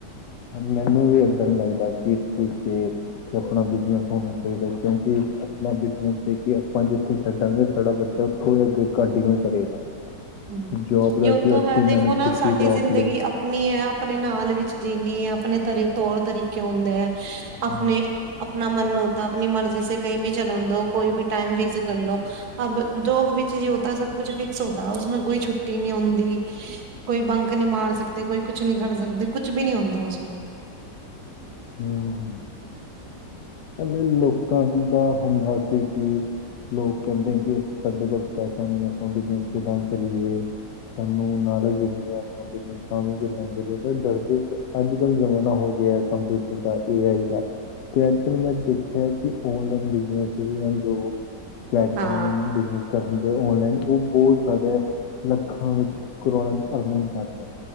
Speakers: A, on the left; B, on the right.
A: ਮੈਨੂੰ ਵੀ ਏਦਾਂ ਹੀ ਲੱਗਦਾ ਕਿ ਠੀਕ ਕਿ ਆਪਣਾ ਬਿਜਨਸ ਹੋਣਾ ਚਾਹੀਦਾ ਕਿਉਂਕਿ ਆਪਣਾ ਬਿਜ਼ਨਸ ਕਿ ਆਪਾਂ ਜਿੱਥੇ ਛੱਡਾਂਗੇ ਸਾਡਾ ਬੱਚਾ ਉੱਥੋਂ ਹੀ ਅੱਗੇ ਕੰਟੀਨਿਊ ਕਰੇਗਾ।
B: ਹੂੰ
A: ਜੌਬ ਦਾ
B: ਯੋ
A: ਕਿ
B: ਤੋਂ
A: ਅਸੀਂ
B: ਹੈ ਦੇਖੋ
A: ਮਿਹਨਤ
B: ਨਾ
A: ਕੀਤੀ
B: ਸਾਡੀ
A: ਜੌਬ
B: ਜ਼ਿੰਦਗੀ
A: ਲਈ
B: ਆਪਨੀ ਹੈ ਆਪਨੇ ਨਾਲ ਵਿੱਚ ਜਿੰਨੀ ਹੈ ਆਪਣੇ ਤ ਤੌਰ ਤਰੀਕੇ ਹੁੰਦੇ ਐ। ਆਪਨੇ
A: ਹਮ,
B: ਆਪ ਆਪਣਾ ਮਨ ਹੋਤਾ ਆਪਣੀ ਮਰਜ਼ੀ ਸੇ ਕਹੀ ਵੀ ਚਲਣ ਦੋ ਕੋਈ ਵੀ ਟਾਈਮ ਫਿਕਸ ਕਰ ਲੋ ਅਬ ਜੋਬ ਵਿੱਚ ਜੇ ਹੋਤਾ ਸਭ ਕੁਛ ਫਿਕਸ ਹੋਤਾ ਹੈ ਔਰ ਉਸ ਮੇਂ ਕੋਈ ਛੁੱਟੀ ਨੀ ਹੁੰਦੀ, ਕੋਈ ਬੰਕ ਨੀ ਮਾਰ ਸਕਦੇ, ਕੋਈ ਕੁਛ ਨੀ ਕਰ ਸਕਦੇ, ਕੁਛ ਵੀ ਨੀ ਹੁੰਦਾ ਉਸ ਮੇਂ।
A: ਹੂੰ ਹੂੰ, ਪਹਿਲੇ ਲੋਕਾਂ ਦਾ ਹੁੰਦਾ ਸੀ ਕਿ ਲੋਕ ਕਹਿੰਦੇ ਕਿ ਸਾਡੇ ਕੋਲ ਪੈਸਾ ਨਹੀਂ ਆਪਾਂ ਬਿਜਨਸ ਕਿੱਦਾਂ ਕਰੀਏ, ਸਾਨੂੰ ਨੌਲਜ ਨਹੀ ਹੈ ਆਪਾਂ ਬਿਜਨਸ ਕਾਮ ਵੀ ਕਿੱਦਾਂ ਕਰੀਏ ਪਹਿਲੇ ਡਰਦੇ ਸੀ ਅੱਜ ਕੱਲ ਜ਼ਮਾਨਾ ਹੋ ਗਿਆ ਕੰਪਿ ਊਟਰ ਦਾ ਏ ਆਈ ਦਾ ਤੇ ਅੱਜ ਕੱਲ ਮੈਂ ਦੇਖਿਆ ਕਿ ਓਨਲਾਈਨ ਬਿਜਨਸ ਵੀ ਹੈ ਜੋ ਪਲੈਟਫਾਰਮ
B: ਹਾਂ
A: <unintelligible> ਬਿਜ਼ਨਸ ਕਰਨ ਗੇ ਔਨਲਾਈਨ ਉਹ ਬਹੁਤ ਜ਼ਿਆਦਾ ਲੱਖਾਂ ਵਿੱਚ ਕਰੋੜਾ ਚ ਅਰਨਿੰਗ ਕਰਦੇ।